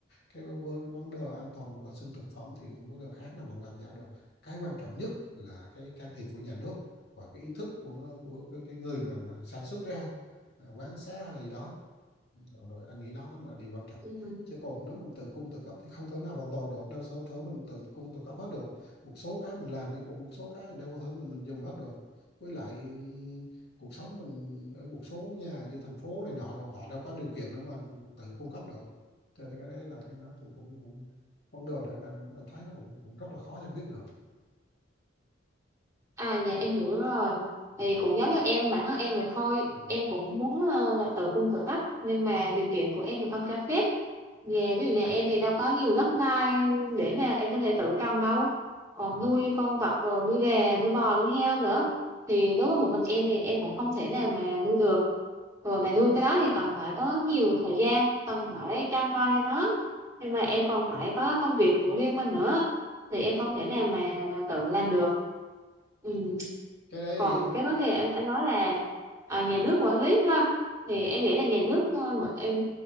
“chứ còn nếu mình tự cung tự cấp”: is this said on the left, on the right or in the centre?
Left